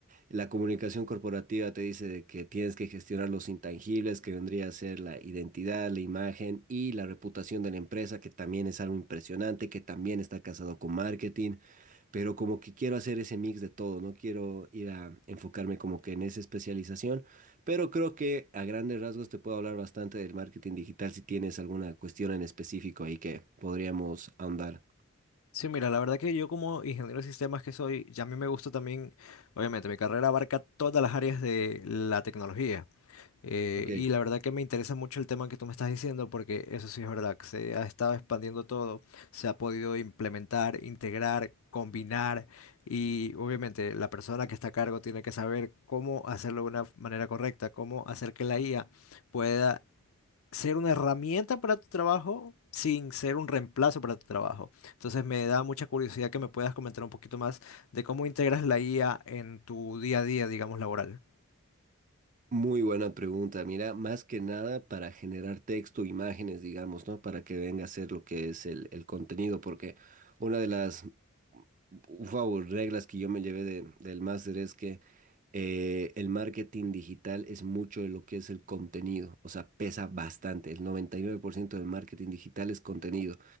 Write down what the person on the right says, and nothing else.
la comunicación corporativa te dice de que tienes que gestionar los intangibles, que vendría a ser la identidad, la imagen y la reputación de la empresa, que también es algo impresionante, que también está casado con marketing, pero como que quiero hacer ese mix de todo, no quiero ir a enfocarme como que en esa especialización, pero creo que a grandes rasgos te puedo hablar bastante del marketing digital si tienes alguna cuestión en específico ahí que podríamos ahondar.
Ok.
Muy buena pregunta. Mira, más que nada para generar texto, imágenes, digamos, ¿no? Para que venga a ser lo que es el, el contenido, porque una de las, wow, reglas que yo me llevé de- del máster es que eh, el marketing digital es mucho de lo que es el contenido, o sea, pesa bastante. El 99% del marketing digital es contenido.